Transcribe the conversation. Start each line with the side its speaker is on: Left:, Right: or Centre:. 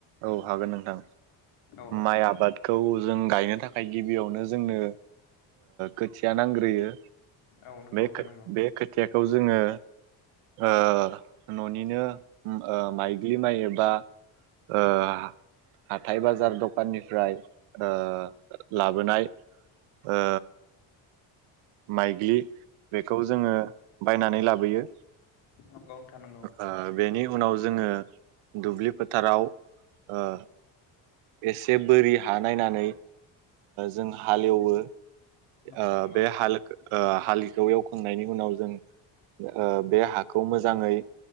Right: औ हागोन नोंथां
Left: औ
Right: माइ आबादखौ जों गायनो थाखाय गिबियावनो जोंनो खोथिया नांग्रोयो।
Left: औ नंगौ
Right: बे
Left: नोंथां नंगौ
Right: बे खोथियाखौ जोङो ओ न'निनो माइग्लि माइ एबा ओ हाथाय बाजार दखाननिफ्राय ओ लाबोनाय ओ माइग्लि बेखौ जोङो बायनानै लाबोयो
Left: नंगौ नोंथां नंगौ
Right: आ बेनि उनाव जोङो दुब्लि फोथाराव ओ एसे बोरि हा नायनानै जों हालेवो
Left: नंगौ
Right: आ
Left: नंगौ
Right: बे हाल ओ हालिखौ एवखांनायनि उनाव जों ओ बे हाखौ मोजाङै